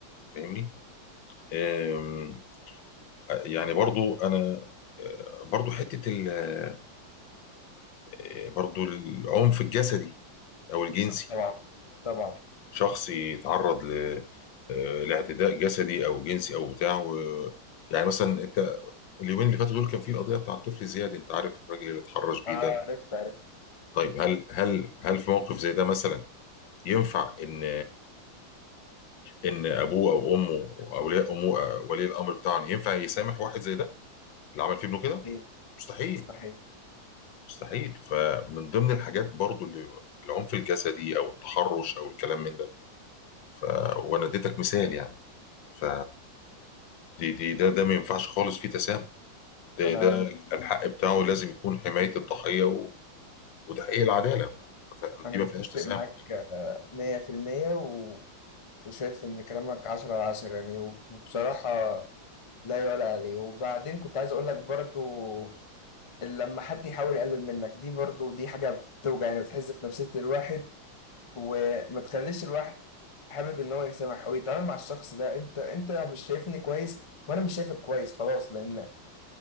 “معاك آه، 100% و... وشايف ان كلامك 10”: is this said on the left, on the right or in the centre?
Left